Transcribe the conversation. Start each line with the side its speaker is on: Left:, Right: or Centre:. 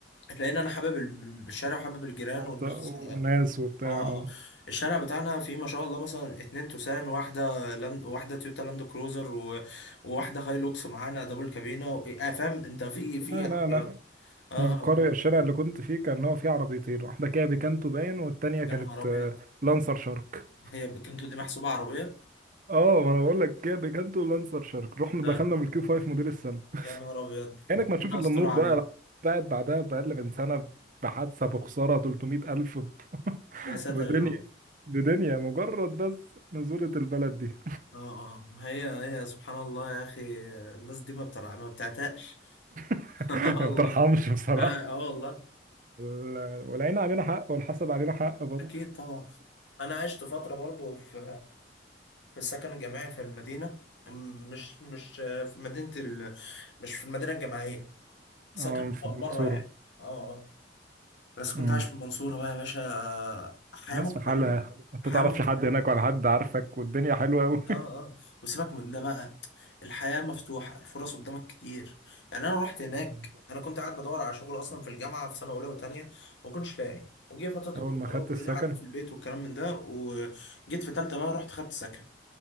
Left: لان انا حابب ال- الشارع وحابب الجيران
Right: المنطقة
Left: والناس
Right: والناس
Left: اه
Right: وبتاع
Left: آه.
Right: اه
Left: آه. الشارع بتاعنا فيه ما شاء الله مثلا اتنين توسان واحده لاند واحده تويوتا لاند كروزر و- وواحده هاي لوكس معانا دبل كابينه و... آه فاهم انت في
Right: لا
Left: في
Right: لا
Left: عربيات
Right: لا
Left: اه
Right: من
Left: آه.
Right: القرية الشارع اللي كنت فيه كان هو فيه عربيتين واحدة كيا بيكانتو باين والتانية كانت
Left: يا نهار ابيض
Right: آه، لانسر شارك
Left: هي بكنتو دي محسوبه عربيه
Right: اه ما انا بقول لك كيا بيكانتو ولانسر شارك رحنا
Left: آه.
Right: دخلنا بالكيو 5 موديل السنة
Left: يا نهار ابيض
Right: كأنك
Left: ربنا
Right: ما تشوف الا
Left: يستر
Right: النور
Left: عليك
Right: بقى بعد بعدها بأقل من سنة بحادثة بخسارة 300 ألف ب- <laughs>
Left: يا ساتر
Right: بدنيا
Left: يا رب
Right: بدنيا مجرد بس نزولة البلد دي
Left: اه آه، آه. هي هي سبحان الله يا اخي آه، الناس دي ما بترع ما بتعتقش
Right: <laughs>
Left: <laughs> آه
Right: ما
Left: والله
Right: بترحمش بصراحة
Left: اه آه والله
Right: وال- والعين علينا حق والحسد علينا حق برضه
Left: اكيد طبعا انا عشت فتره برضو في في السكن الجامعي في المدينه م- مش مش آه، في مدينه ال... مش في المدينه الجامعيه سكن
Right: اه في المنصورة
Left: بره يعني اه اه بس كنت
Right: امم
Left: عايش في المنصوره بقى يا باشا آه، حياه
Right: ناس
Left: مختلفه
Right: في الناس حالها بتعمل ما
Left: حياه
Right: تعرفش
Left: مختلفه
Right: حد يعني هناك ولا حد عارفك والدنيا حلوه قوي
Left: اه اه وسيبك من ده بقى الحياة مفتوحة الفرص قدامك كتير يعني انا رحت هناك
Right: بالظبط.
Left: انا كنت قاعد بدور على شغل اصلا في الجامعة في سنة اولى وتانية ما كنتش لاقي وجه فترة
Right: <laughs> اول
Left: الكورونا
Right: ما
Left: بقى
Right: خدت
Left: وكلنا
Right: السكن
Left: قعدنا في البيت والكلام من ده وجيت في تالتة بقى رحت خدت سكن